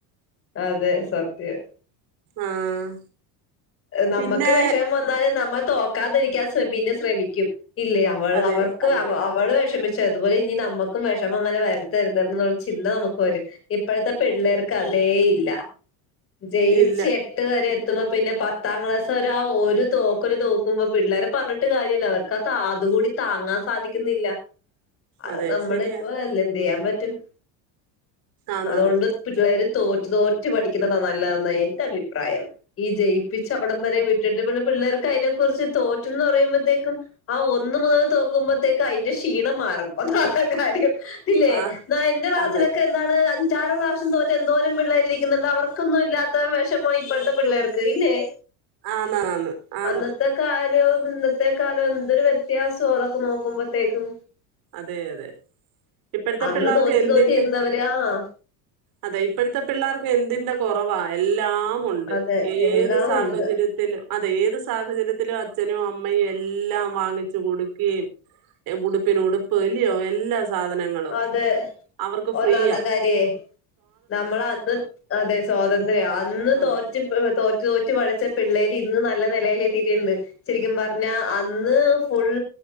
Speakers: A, on the left; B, on the right.
A: അതെ സത്യം
B: ആഹ്
A: നമ്മക്ക്
B: പിന്നെ
A: വെഷമം വന്നാല് നമ്മള് തോക്കാതിരിക്കാ പിന്നെ ശ്രമിക്കും ഇല്ലേ അവള്
B: അതെ
A: അവർക്ക്
B: അതെ
A: അവ അവള് വെഷമിച്ച അതുപോലെ ഇനി നമ്മക്കും വെഷമങ്ങനെ വരുത്തര്തെ എന്നുള്ള ചിന്ത നമുക്ക് വരും ഇപ്പോഴത്തെ പിള്ളേർക്ക് അ തേ ഇല്ല ജയിച്ച്
B: ഇല്ല
A: എട്ട് വരെ എത്തുമ്പോ പിന്നെ പത്താം ക്ലാസ് അവര് ആ ഒരു തോക്കല് തോക്കുമ്പോ പിള്ളേരെ പർഞ്ഞിട്ട് കാര്യല്യ അവർക്ക് അതുകൂടി താ ങ്ങാ സാധിക്കുന്നില്ല അത്
B: അതെ
A: നമ്മളിപ്പൊ
B: ശരിയാ
A: എ എന്തെയ്യാ പറ്റും
B: ആന്നാന്ന്
A: അതോണ്ട് പിള്ളേര് തോറ്റ് തോറ്റ് പഠിക്കുന്നതാ നല്ലതെന്നാ എന്റെ അഭിപ്രായം ഈ ജയിപ്പിച്ച അവിടം വരെ വി ട്ടിട്ട് പിള്ളേർക്ക് ഐനെ കുർച്ച് തോറ്റന്ന് പറയുമ്പോത്തേക്കും ആ ഒന്ന് മുതൽ തോക്കുമ്പോത്തേക്കും ഐന്റെ ക്ഷീണം മാറും അതാണ് കാര്യം ഇല്ലേ
B: ആഹ്
A: ന്നാ എന്റെ ക്ലാസിലൊക്കെ
B: അതെ
A: എന്താണ് ആറ് പ്രാവശ്യം തോറ്റ എന്തോരം പിള്ളേര് ഇരിക്കുന്നുണ്ട് അവർക്കൊന്നും ഇല്ലാത്ത വെഷമാ ഇപ്പഴത്തെ പിള്ളേർക്ക് ഇല്ലേ
B: ആന്നാന്നാന്ന് ആന്ന്
A: അന്നത്തെ ഇന്നത്തെ കാലം എന്തൊരു വ്യത്യാസോ അതൊക്കെ നോക്കുമ്പോഴത്തേക്കും
B: അതെ അതെ ഇപ്പഴത്തെ
A: അന്ന്
B: പിള്ളേർക്ക്
A: തോറ്റ്
B: എന്തിന്റെ
A: തോറ്റിയിരുന്നവരാ ആ
B: അതെ ഇപ്പഴത്തെ പിള്ളാർക്ക് എന്തിന്റെ കൊറവാ എല്ലാമുണ്ട്
A: അതെ
B: ഏത്
A: എല്ലാം
B: ത് സാഹചര്യത്തിലു
A: ഉണ്ട്
B: അതെ ഏത് സാഹചര്യത്തിലും അച്ഛനും അമ്മയും എല്ലാം വാങ്ങിച്ച് കൊടുക്കേം ഉടുപ്പിന് ഉടുപ്പ് ഇല്ലയോ എല്ലാ സാധനങ്ങളും
A: അതെ
B: അവർക്ക് ഫ്രീയാ
A: ഒന്നാമത്ത കാര്യേ നമ്മളത് അതെ സ്വാതന്ത്ര്യാ അന്ന്
B: അതെ
A: തോറ്റ് ഇപ്പോ തോറ്റ് തോറ്റ് പഠിച്ച പിള്ളേര് ഇന്ന് നല്ല നിലേല് എത്തീട്ട്ണ്ട് ശെരിക്കും പർഞ്ഞാ അന്ന് ഫുൾ